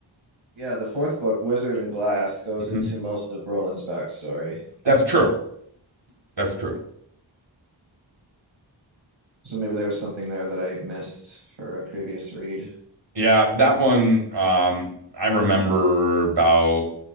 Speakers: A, on the right; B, on the right.
A: Yeah, the fourth book, Wizard and Glass, goes
B: hmm
A: into most of Roland's backstory.
B: That's true. That's true.
A: So maybe there was something there that I missed for a previous read.
B: Yeah, that one, um, I remember about